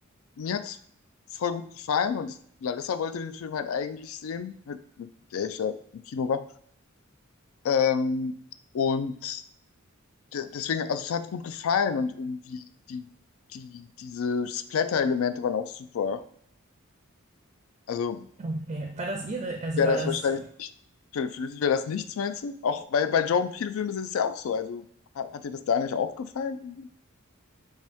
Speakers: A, on the left; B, on the right.
A: mir hat's voll gut gefallen und ich, Larissa wollte den Film halt eigentlich sehen, halt, mit der ich ja im Kino war. Ähm, und de- deswegen, also es hat gut gefallen und irgendwie die, die, diese Splatter-Elemente waren auch super. Also
B: Okay, war das Ihre, also
A: wäre
B: war
A: das
B: das,
A: wahrscheinlich nicht, für, für dich wäre das nichts, meinst du? Auch, weil bei Jordan Peele Filmen ist es ja auch so. Also hat, hat dir das da nicht auch gefallen? irgendwie?